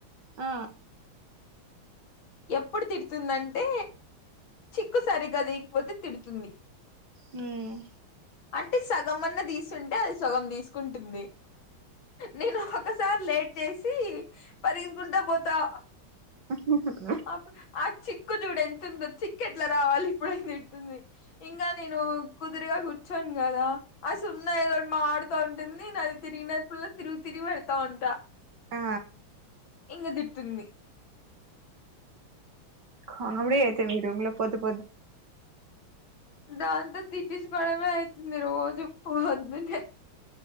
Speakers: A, on the right; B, on the left.
A: ఆ
B: ఎప్పుడు తిడుతుందంటే చిక్కు సరిగ్గా తీయాకపోతి తిడుతుంది
A: మ్మ్ హ్హ్
B: అంటే సగం అన్నా తీసుంటే అది సగం తీసుకుంటుంది నేను ఒక సారి లేట్ చేసి పరుగుకుంటా పోతా
A: ఆా
B: అప్పుడు ఆ చిక్కు చూడు ఎంతుందో చిక్ ఎట్లా రావాలి ఇప్పుడు అంటుంది ఇంకా నేను కుదురుగా కూర్చొను కదా ఆ సున్నా ఏదోటి మాడుతా ఉంటుంది నాది తిరిగినప్పుడు తిరిగి తిరిగి పెడతాంట
A: ఆ
B: ఇంగ తిటుంది
A: కామీడీ అయితే మీ రూమ్ లో పొల్లు పొల్లు
B: దాంతో తిట్టుచుకోవడమే అయితుంది రోజు ఫుల్లు అందుకే